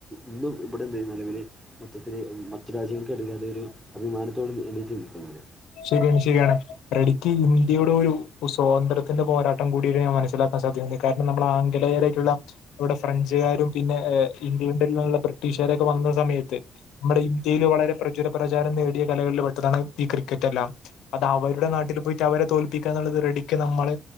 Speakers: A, in the centre; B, on the left.
A: ഇന്നും ഇവിടെ <unintelligible> നിലവിൽ മൊത്തത്തിൽ മറ്റു രാജ്യങ്ങൾക്കിടൽ അതൊരു അഭിമാനത്തോട് എണിറ്റ് നിൽക്കുന്നത്
B: ശെരിയാണ് ശെരിയാണ് റെഡിക്ക് ഇന്ത്യയുടെ ഒരു സ്വാതന്ത്രത്തിന്റെ പോരാട്ടം കൂടിയാണ് ഞാൻ മനസ്സിലാക്കാൻ സാധിക്കുന്നത് കാരണം നമ്മളെ ആംഗലയറായിട്ടുള്ള ഇവിടെ ഫ്രഞ്ചുകാരും പിന്നെ ഇംഗ്ലണ്ടിൽന്നുള്ള ബ്രിട്ടീഷുകാരൊക്കെ വ ന്ന സമയത്ത് നമ്മുടെ ഇന്ത്യയില്
A: അതെ
B: വളരെ പ്രചുര പ്രചാരം നേടിയ കലകളിൽ പെട്ടതാണ് ഈ ക്രിക്കറ്റ് തെല്ലാം അത് അവരുടെ
A: അതെ
B: നാട്ടിൽ പോയിട്ട് അവരെ തോൽപ്പിക്കാന്നുള്ളത് റെഡിക്ക് നമ്മള്